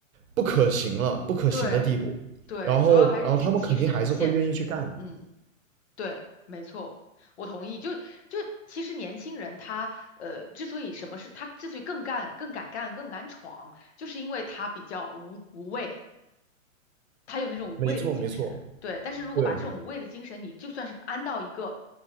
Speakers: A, on the right; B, on the left.
A: 不可行了不可行的地步，
B: 对对，
A: 然后然后他们肯定还是会愿意去干的。
B: 主要还是精气神限制，嗯，对，没错。我同意，就就其实年轻人他呃，之所以什么事，他之所以更干、更敢干、更敢闯，就是因为他比较无无畏，他有那种无畏的精神，
A: 没错，没错，
B: 对。但是如果把这种无畏的精神，
A: 对，
B: 你就算是安到一个，